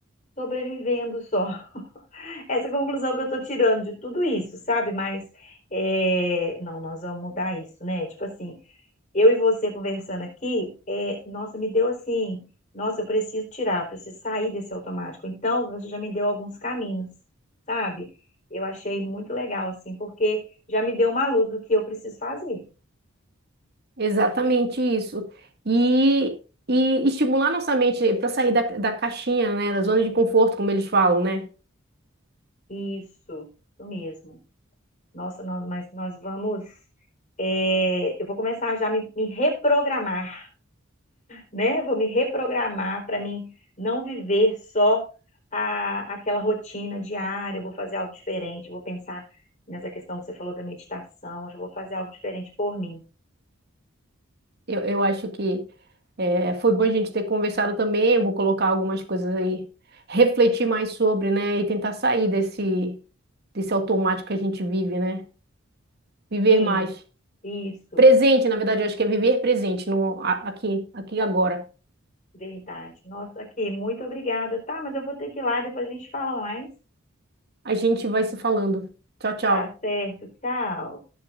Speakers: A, on the left (about 35°); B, on the right (about 50°).
A: sobrevivendo só. essa conclusão que eu tô tirando de tudo isso, sabe? Mas é, não, nós vamos mudar isso, né? Tipo assim, eu e você conversando aqui, é, nossa, me deu assim, nossa, eu preciso tirar, eu preciso sair desse automático. Então, você já me deu alguns caminhos, sabe? Eu achei muito legal, assim, porque já me deu uma luz do que eu preciso fazer.
B: Exatamente isso. E, e estimular nossa mente para sair da, da caixinha, né? Da zona de conforto, como eles falam, né?
A: Isso, isso mesmo. Nossa, nós, mas nós vamos. é, eu vou começar já a me me reprogramar. né? Vou me reprogramar para mim não viver só a, aquela rotina diária, eu vou fazer algo diferente, vou pensar nessa questão que você falou da meditação, hoje eu já vou fazer algo diferente por mim.
B: Eu, eu acho que eh, foi bom a gente ter conversado também. Eu vou colocar algumas coisas aí, refletir mais sobre, né? E tentar sair desse, desse automático que a gente vive, né? Viver
A: Sim,
B: mais.
A: isso,
B: Presente, na verdade, eu acho que é viver presente, no, a- aqui, aqui e agora.
A: verdade. Nossa, aqui, muito obrigada, tá? Mas eu vou ter que ir lá, depois a gente fala mais.
B: A gente vai se falando. Tchau, tchau.
A: Tá certo, tchau.